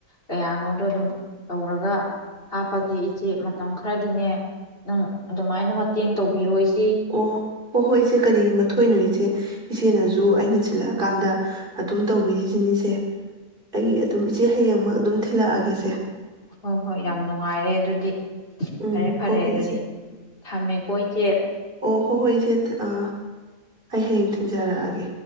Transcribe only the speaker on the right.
ꯑꯣ ꯍꯣ ꯍꯣꯏ ꯏꯆꯦ ꯀꯔꯤꯒꯤ ꯃꯊꯣꯏꯏꯅꯣ ꯏꯆꯦ ꯏꯆꯦꯅꯁꯨ ꯑꯩꯅ ꯊꯤꯜꯂꯛꯑꯀꯥꯟꯗ ꯑꯗꯨꯝ ꯇꯧꯕꯤꯔꯤꯁꯤꯅꯤꯁꯦ ꯑꯩ ꯑꯗꯨꯝ ꯏꯆꯦ ꯍꯌꯦꯡꯃꯛ ꯑꯗꯨꯝ ꯊꯤꯜꯂꯛꯑꯒꯦꯁꯦ
ꯎꯝ
ꯍꯣꯁꯦ
ꯑꯣ ꯍꯣꯁ ꯑ ꯑꯩ ꯍꯌꯦꯡ ꯊꯤꯟꯖꯔꯛꯑꯒꯦ